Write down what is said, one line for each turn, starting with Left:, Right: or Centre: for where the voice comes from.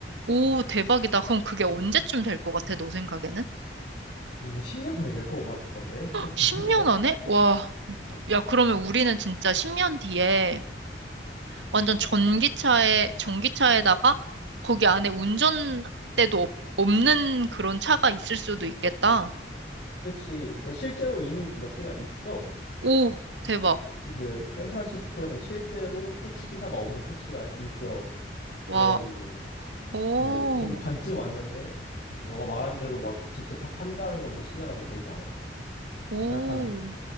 Right: 오, 대박이다. 그럼 그게 언제쯤 될 것 같아, 너 생각에는?
Left: 근데 10년 안에 될 것 같던데? 속도
Right: 10년
Left: 보니까.
Right: 안에? 와,
Left: 어.
Right: 야, 그러면 우리는 진짜 10년 뒤에 완전 전기차에, 전기차에다가 거기 안에 운전대도 없, 없는 그런 차가 있을 수도 있겠다.
Left: 그치. 실제로 이미 몇 개가 있어. 그
Right: 오, 대박.
Left: 그 샌프란시스코에는 실제로 택시 기사가 없는 택시가 있어. 그래가지고
Right: 와, 오,
Left: 뭐 거의 반쯤 왔는데 너가 말한 대로 막 직접 다 판단하는 건 이제 10년 안에 되지 않을까
Right: 오.
Left: 이렇게 생각하는 거지.